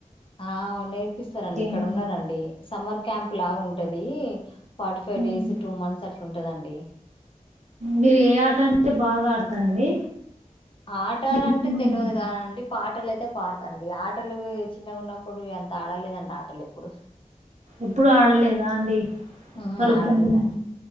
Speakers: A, on the left; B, on the right.
A: ఆ నేర్పిస్తారండి ఇక్కడ
B: అని
A: ఉన్నారండి సమ్మర్ క్యాంప్ లాగా ఉంటది forty five
B: um,
A: days two months అట్లాంట దండి
B: మీరు ఏ ఆట అంటే బాగా ఆడతారండి
A: ఆటలుంటే
B: మీకు ఇష్టమైన
A: తెలియదు
B: ఆట
A: కాదండి పాటలుయితే పాడతండి ఆటలు చిన్నగా ఉన్నప్పుడు ఎంత ఆడలేదండి ఆటలు ఎప్పుడు
B: ఎప్పుడు ఆడలేదా అండి
A: హ
B: పరుగు
A: నాడలిదం
B: పందెం